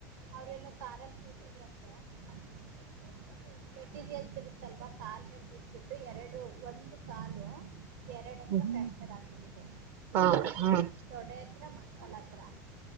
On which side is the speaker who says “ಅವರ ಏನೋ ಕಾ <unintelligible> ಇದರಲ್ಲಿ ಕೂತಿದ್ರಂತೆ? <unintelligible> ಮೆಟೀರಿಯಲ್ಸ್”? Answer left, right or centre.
Right